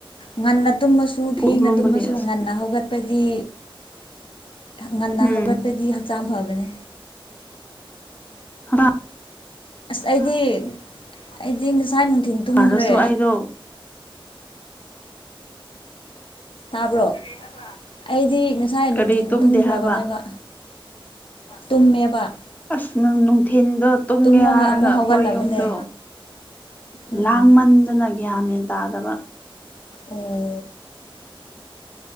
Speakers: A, on the left; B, on the left.
A: ꯉꯟꯅ ꯇꯨꯝꯃꯁꯨ ꯊꯦꯡꯅ
B: ꯀꯣꯛ ꯂꯨꯝꯕꯒꯤ
A: ꯇꯨꯝꯃꯁꯨ
B: ꯑꯁ
A: ꯉꯟꯅ ꯍꯧꯒꯠ ꯄꯗꯤ ꯉꯟꯅ
B: ꯎꯝ
A: ꯍꯧꯒꯠꯄꯗꯤ ꯍꯛꯆꯥꯡ ꯐꯕꯅꯦ
B: ꯑ
A: ꯑꯁ ꯑꯩꯗꯤ ꯑꯩꯗꯤ ꯉꯁꯥꯏ ꯅꯨꯡꯊꯤꯟ ꯇꯨꯝꯈ꯭ꯔꯦ
B: ꯍꯥꯏꯔꯁꯨ ꯑꯩꯗꯣ
A: ꯇꯥꯕ꯭ꯔꯣ ꯑꯩꯗꯤ ꯉꯁꯥꯏ ꯅꯨꯡꯊꯤꯟ
B: ꯀꯔꯤ ꯇꯨꯝꯗꯦ
A: ꯇꯨꯝꯈ꯭ꯔꯕꯅꯦꯕ
B: ꯍꯥꯏꯕ
A: ꯇꯨꯝꯃꯦꯕ
B: ꯑꯁ ꯅꯪ ꯅꯨꯡꯊꯤꯟꯗ ꯇꯨꯝꯒꯦ
A: ꯇꯨꯝꯃꯒ
B: ꯍꯥꯏꯔꯒ
A: ꯑꯃꯨꯛ
B: ꯑꯩꯈꯣꯏ
A: ꯍꯧꯒꯠꯂꯕꯅꯦ
B: ꯌꯨꯝꯗꯣ
A: ꯎꯝ
B: ꯂꯥꯡꯃꯟꯗꯅ ꯒ꯭ꯌꯥꯟ ꯃꯦꯟ ꯇꯥꯗꯕ
A: ꯎꯝ